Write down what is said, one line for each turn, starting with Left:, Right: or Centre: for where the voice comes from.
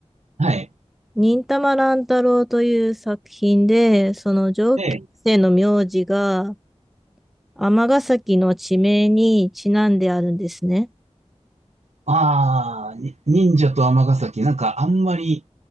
Right: あ、はい。
Centre: 忍たま乱太郎という作品で、その上級生の名字が
Right: で、
Centre: 尼崎の地名にちなんであるんですね。
Right: ああ、に忍者と尼崎、なんかあんまり、